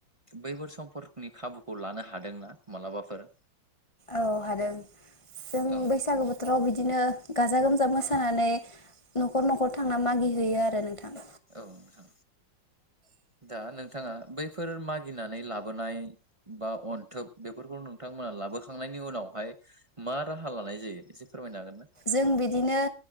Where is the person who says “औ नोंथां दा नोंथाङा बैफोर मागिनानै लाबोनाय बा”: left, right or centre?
Right